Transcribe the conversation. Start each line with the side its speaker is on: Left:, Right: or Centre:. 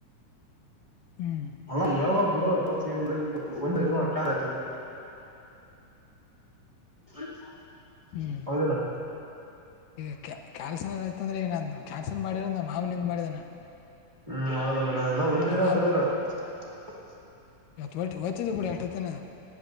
Left: ಹ್ಮ್
Right: ಹ ಯಾವಾಗ ಹಡ ಬಸಲ್ಲತ್ತು ಒ ಆತಡ <unintelligible>
Left: ಹ್ಮ್
Right: ಹೌದಿಲ್ಲ.
Left: ಈಗ ಕ್ಯಾ ಕ್ಯಾನ್ಸಲ್ ಆಯತಂದ್ರೆ ಈಗ ಕ್ಯಾನ್ಸಲ್ ಮಾಡಿರ ಮಾವಿನಿಂದ್ ಮಾಡಿನಿಂದ ಮಾಡಿದಾನ.
Right: ಹ್ಮ್ ಅ್ರ
Left: ನಮ್ಮ
Right: ಇಲ್ಲ <unintelligible>
Left: ಒತ್ತಿ ಒತಿವ್ ಬಿಡು ಎಷ್ಟತ್ತಿನ